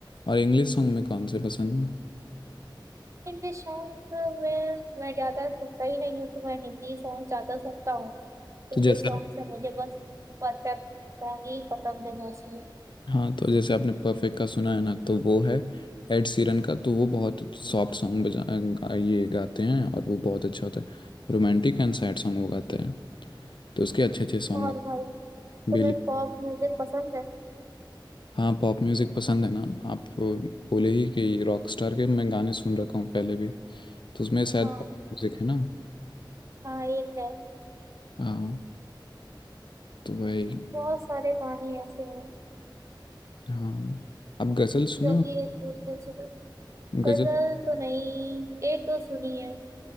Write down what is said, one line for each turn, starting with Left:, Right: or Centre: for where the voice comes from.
Left: और इंग्लिश सॉन्ग में कौन से पसंद है
Right: हिंदी सॉन्ग में मैं ज्यादा सुनता ही नहीं हूँ तो मैं हिंदी सॉन्ग ज्यादा सुनता हूँ
Left: तो
Right: इंग्लिश
Left: जैसे
Right: सॉन्ग से मुझे बस परफेक्ट सॉन्ग ही पसंद है मोस्टली
Left: हाँ तो जैसे आपने परफेक्ट का सुना है ना तो वो है एड सीरन का तो वो बहुत सॉफ्ट सॉन्ग बजा गा- ये गाते हैं और वो बहुत अच्छा होता है रोमांटिक एंड सैड सॉन्ग वो गाते हैं तो उसके अच्छे अच्छे सॉन्ग
Right: और
Left: होते
Right: भाई
Left: हैं
Right: तुम्हें
Left: बेली
Right: पॉप म्यूजिक पसंद है
Left: हाँ पॉप म्यूजिक पसंद है ना आप बोले ही कि रॉक स्टार के मैं गाने सुन रखा हूँ पहले भी तो उसमें शायद
Right: हाँ
Left: पॉप म्यूजिक है ना
Right: हाँ एक है
Left: हाँ तो भाई
Right: बहुत सारे गाने ऐसे हैं
Left: हाँ आप गज़ल सुने
Right: जो
Left: हो
Right: कि एक दूसरे से
Left: गज़ल
Right: गजल तो नहीं एक दो सुनी है